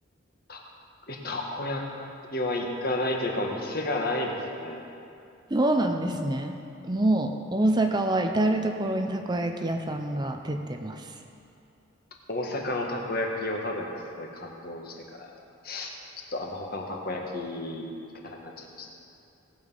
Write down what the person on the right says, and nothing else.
そうなんですね。もう、大阪は至る所にたこ焼き屋さんが出てます。